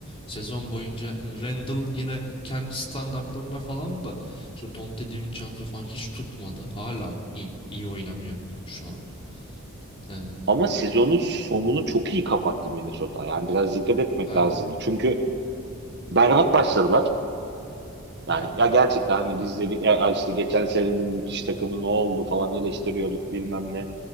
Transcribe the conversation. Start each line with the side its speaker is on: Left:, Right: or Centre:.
Left: sezon boyunca hani Randall yine kendi standartlarına falan da işte Dante DiVincenzo falan hiç tutmadı. Hala iyi, iyi oynamıyor şu an. Ee,
Right: ama sezonun sonunu çok iyi kapattı Minnesota. Yani biraz dikkat etmek
Left: aynen.
Right: lazımdı. Çünkü berbat başladılar.
Left: Hı
Right: Yani
Left: hı.
Right: ya gerçekten hani biz dedik ya işte geçen senenin müthiş takımı ne oldu falan eleştiriyorduk bilmem ne.